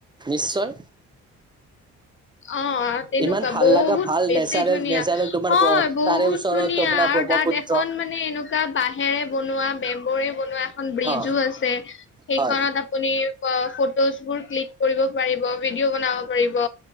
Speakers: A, on the right (about 15°); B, on the left (about 40°).
A: নিশ্চয়।
B: অ তেনেকুৱা
A: ইমান ভাল
B: বহুত
A: লগা ভাল
B: বেছি
A: নেচাৰেল
B: ধুনীয়া
A: নেচাৰেল তোমাৰ
B: হয় বহুত
A: তাৰে ওচৰত
B: ধুনীয়া
A: তোমাৰ
B: আৰু
A: ব্ৰহ্মপুত্ৰ
B: তাত এখন মানে এনেকুৱা বাহ ে ব বম্ব ব এ বজ
A: অ
B: আছে সেইখনত
A: হয়
B: আপু 'জ বোৰ ক্লিক কৰিব পাৰিব ভিডিঅ' বনাব পাৰিব